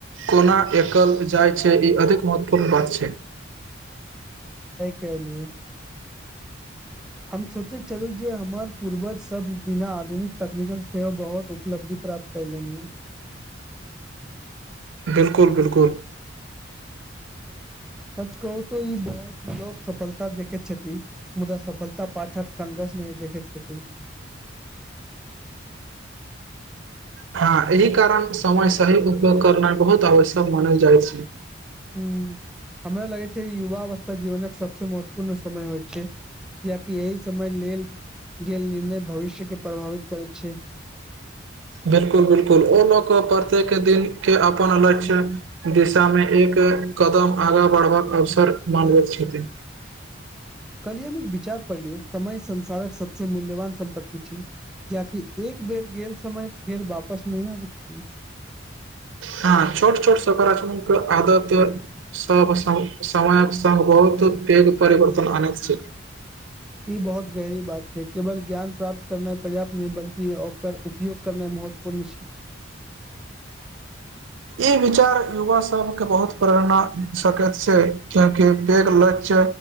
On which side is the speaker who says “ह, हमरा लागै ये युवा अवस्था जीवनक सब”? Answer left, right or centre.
Centre